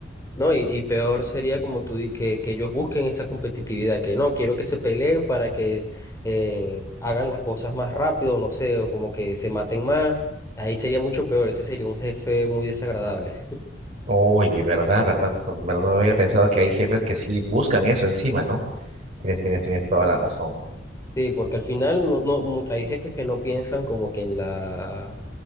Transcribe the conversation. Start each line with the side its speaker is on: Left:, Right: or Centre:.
Left: ¿no? Y, y peor sería como tú di- que, que ellos busquen esa competitividad, que no, quiero que se peleen para que eh, hagan las cosas más rápido, no sé, o como que se maten más. Ahí sería mucho peor, ese sería un jefe muy desagradable.
Right: Oye, verdad, verdad, Pero no había pensado que hay jefes que sí buscan eso encima, ¿no? Tienes, tienes, tienes toda la razón.
Left: Sí, porque al final no, no, mu- hay jefes que no piensan como que en la